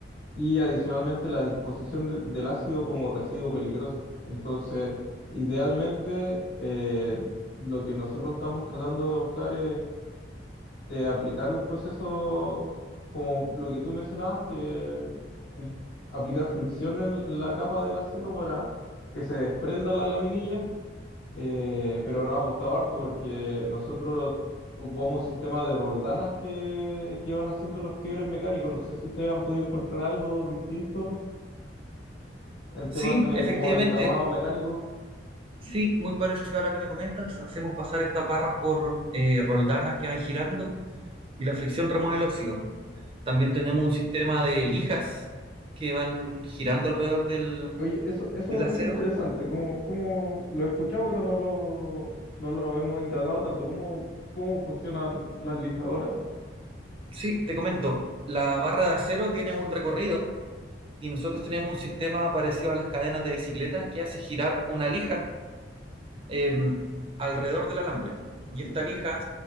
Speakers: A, on the left; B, on the right.
A: y adicionalmente la disposición de- del ácido como residuo peligroso. Entonces, idealmente eh, lo que nosotros estamos tratando de optar de aplicar un proceso como lo que tú mencionabas, que un- aplicar fricción en, en la capa del acero para que se desprenda la laminilla, eh, pero nos ha costado harto porque nosotros ocupamos un sistema de roldanas que, que van haciendo los quiebres mecánicos. No sé si ustedes han podido encontrar algo distinto en
B: Sí,
A: temas de
B: efectivamente.
A: como de acabado mecánico.
B: Sí, muy parecido a la que me comentas. Hacemos pasar estas barras por eh, roldanas que van girando y la fricción remueve el óxido. También tenemos un sistema de lijas que van girando alrededor del,
A: Oye, eso, eso
B: del
A: me parece
B: acero.
A: interesante, como, como lo he escuchado, pero no lo, no lo hemos indagado tanto, cómo, cómo funcionan las lijadoras.
B: Sí, te comento, la barra de acero tiene un recorrido y nosotros tenemos un sistema parecido a las cadenas de bicicleta que hace girar una lija eh, alrededor del alambre. Y esta lija